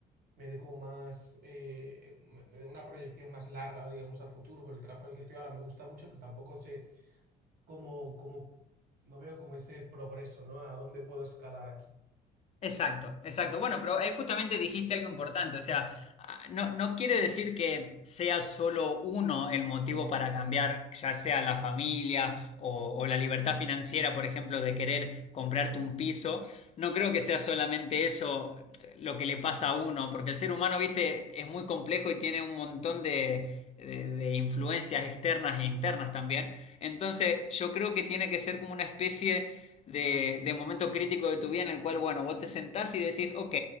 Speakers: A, on the right; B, on the left.
A: me dé como más, eh, me, me dé una proyección más larga, digamos, a futuro, pero el trabajo en el que estoy ahora me gusta mucho, pero tampoco sé cómo, cómo, no veo como ese progreso, ¿no? A dónde puedo escalar aquí.
B: Exacto, exacto. Bueno, pero eh, justamente dijiste algo importante, o sea, ah, no, no quiere decir que sea solo uno el motivo para cambiar, ya sea la familia o, o la libertad financiera, por ejemplo, de querer comprarte un piso. No creo que sea solamente eso eh, lo que le pasa a uno, porque el ser humano, viste, es muy complejo y tiene un montón de, de de influencias externas e internas también. Entonces, yo creo que tiene que ser como una especie de, de momento crítico de tu vida en el cual, bueno, vos te sentás y decís, ok,